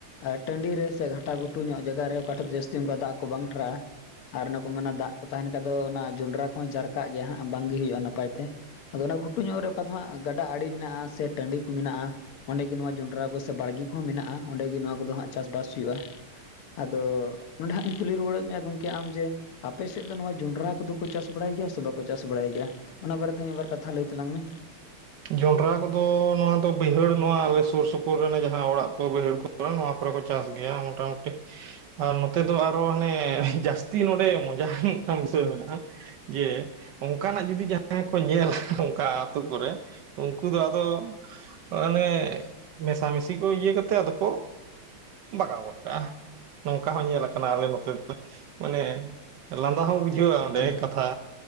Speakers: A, on the left; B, on the right.
A: ᱟᱨ ᱴᱟᱺᱰᱤ ᱨᱮ ᱥᱮ ᱜᱷᱟᱴᱟ ᱜᱷᱩᱴᱩ ᱧᱚᱜ ᱡᱟᱭᱜᱟ ᱨᱮ ᱚᱠᱟᱴᱷᱮᱱ ᱡᱟᱹᱥᱛᱤ ᱚᱝᱠᱟ ᱫᱟᱜ ᱠᱚ ᱵᱟᱝ ᱴᱟᱨᱦᱟᱜ-ᱟ᱾ ᱟᱨ ᱚᱱᱮ ᱠᱚ ᱢᱮᱱᱟ ᱫᱟᱜ ᱠᱚ ᱛᱟᱸᱦᱮᱱ ᱠᱷᱟᱡ ᱫᱚ, ᱚᱱᱟ ᱡᱚᱸᱰᱨᱟ ᱠᱚᱦᱚᱸ ᱡᱟᱨᱠᱟᱜ ᱜᱮᱭᱟ ᱦᱟᱸᱜ ᱵᱟᱝᱜᱮ ᱦᱩᱭᱩᱜ-ᱟ ᱱᱟᱯᱟᱭ ᱛᱮ᱾ ᱟᱫᱚ ᱚᱱᱟ ᱜᱷᱩᱴᱩ ᱧᱚᱜ ᱨᱮ ᱚᱠᱟ ᱫᱚ ᱦᱟᱸᱜ ᱜᱟᱰᱟ ᱟᱲᱮ ᱢᱮᱱᱟᱜ-ᱟ ᱥᱮ ᱴᱟᱺᱰᱤ ᱠᱚ ᱢᱮᱱᱟᱜ-ᱟ᱾ ᱚᱸᱰᱮ ᱜᱮ ᱱᱚᱣᱟ ᱡᱚᱸᱰᱨᱟ ᱠᱚ ᱥᱮ ᱵᱟᱲᱜᱮ ᱠᱚᱦᱚᱸ ᱢᱮᱱᱟᱜ-ᱟ ᱚᱸᱰᱮ ᱜᱮ ᱱᱚᱣᱟ ᱠᱚᱫᱚ ᱦᱟᱸᱜ ᱪᱟᱥᱵᱟᱥ ᱦᱩᱭᱩᱜ-ᱟ᱾ ᱟᱫᱚ ᱱᱚᱸᱰᱮ ᱦᱟᱸᱜ ᱤᱧ ᱠᱩᱞᱤ ᱨᱩᱣᱟᱹᱲᱮᱫ ᱢᱮᱭᱟ ᱜᱚᱢᱠᱮ ᱟᱢ ᱡᱮ ᱟᱯᱮ ᱥᱮᱫ ᱫᱚ ᱱᱚᱣᱟ ᱡᱚᱸᱰᱨᱟ ᱠᱚᱫᱚ ᱠᱚ ᱪᱟᱥ ᱵᱟᱲᱟᱭ ᱜᱮᱭᱟ ᱥᱮ ᱵᱟᱠᱚ ᱪᱟᱥ ᱵᱟᱲᱟᱭ ᱜᱮᱭᱟ ᱚᱱᱟ ᱵᱟᱨᱮ ᱛᱮ ᱢᱤᱫ ᱵᱟᱨ ᱠᱟᱛᱷᱟ ᱞᱟᱹᱭ ᱛᱟᱞᱟᱝ ᱢᱮ?
B: ᱡᱚᱸᱰᱨᱟ ᱠᱚᱫᱚ ᱱᱚᱣᱟ ᱫᱚ ᱵᱟᱹᱭᱦᱟᱹᱲ ᱱᱚᱣᱟ ᱟᱞᱮ ᱥᱩᱨ ᱥᱩᱯᱩᱨ ᱨᱮᱱ ᱡᱟᱦᱟᱸ ᱚᱲᱟᱜ ᱠᱚ, ᱵᱟᱹᱭᱦᱟᱹᱲ ᱠᱚ ᱠᱚ ᱱᱚᱣᱟ ᱠᱚᱨᱮ ᱠᱚ ᱪᱟᱥ ᱜᱮᱭᱟ ᱢᱚᱴᱟᱢᱩᱴᱤ᱾ ᱟᱨ ᱱᱚᱛᱮ ᱫᱚ ᱟᱨᱚ ᱦᱟᱱᱮ ᱡᱟᱹᱥᱛᱤ ᱱᱚᱰᱮ ᱢᱚᱡᱟ ᱢᱤᱫᱴᱟᱱ ᱵᱤᱥᱚᱭ ᱢᱮᱱᱟᱜ-ᱟ᱾ ᱡᱮ ᱚᱝᱠᱟᱱᱟᱜ ᱡᱩᱫᱤ ᱡᱟᱦᱟᱸᱭ ᱠᱚ ᱧᱮᱞᱟ ᱚᱝᱠᱟ ᱟᱛᱩ ᱠᱚᱨᱮ ᱩᱝᱠᱩ ᱫᱚ ᱟᱫᱚ ᱚᱱᱮ ᱢᱮᱥᱟᱢᱤᱥᱤ ᱠᱚ ᱤᱭᱟᱹ ᱠᱟᱛᱮᱜ ᱟᱫᱚ ᱠᱚ ᱵᱟᱜᱟᱣ ᱜᱚᱫ ᱠᱟᱜ-ᱟ᱾ ᱱᱚᱝᱠᱟ ᱦᱚᱸ ᱧᱮᱞᱟᱠᱟᱱᱟ ᱟᱞᱮ ᱱᱚᱛᱮ ᱫᱚ, ᱢᱟᱱᱮ ᱞᱟᱸᱫᱟ ᱦᱚᱸ ᱦᱤᱡᱩᱜ-ᱟ ᱚᱸᱰᱮ
A: ᱟᱪᱪᱷᱟ
B: ᱠᱟᱛᱷᱟ,